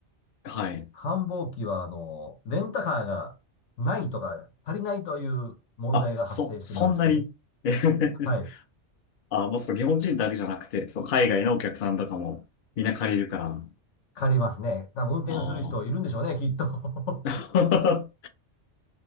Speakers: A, on the left (about 55°); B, on the left (about 80°).
A: あ、はい。
B: 繁忙期は、あのーレンタカーがないとか、足りないという問題が発生しているようでして。
A: あ、そ、そんなに。
B: <laughs>
A: <laughs> えへへへ
B: はい。
A: あ、もうそう、日本人だけじゃなくて、そう、海外のお客さんとかもみんな借りるから。
B: 借りますね。多分運転する人いるんでしょうね、
A: あ
B: きっと。
A: あ。